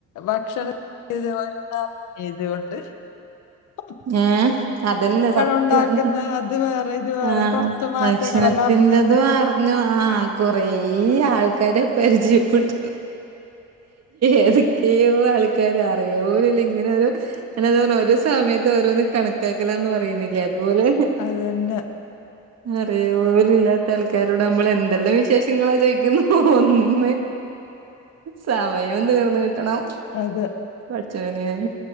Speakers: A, on the left; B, on the right.
A: ഭക്ഷണം <unintelligible>
B: ഏഹ് അതെന്നെ സത്യം
A: ഉണ്ടാക്കുന്ന അത് വേറെ ഇത് വേറെ
B: ആഹ്
A: കുറച്ച് മാറ്റങ്ങളെല്ലാം
B: ഭക്ഷണത്തിന്റെതും
A: അറിഞ്ഞിരുന്നു.
B: ആ ആ കൊറേ ആൾക്കാരെ പരിചയപ്പെട്ടു ഏതൊക്കെയോ ആൾക്കാര് അറിയ പോലും ഇല്ല ഇങ്ങനെരു ഞാനത പറഞ്ഞെ ഒരു സമയ ത്ത് ഓരോന്ന് കണക്കാക്കലാണെന്ന് പറയുന്നില്ലെ അതുപോലെ
A: അതന്നെ.
B: അറിയ പോലും ല്ലാത്ത ആൾക്കാരോട് നമ്മള് എന്തെല്ലാം വിശേഷങ്ങളാ ചോദിക്കുന്നു ഒന്ന് സമയോം തീർന്ന് കിട്ടണം
A: അതെ
B: പടച്ചോനെ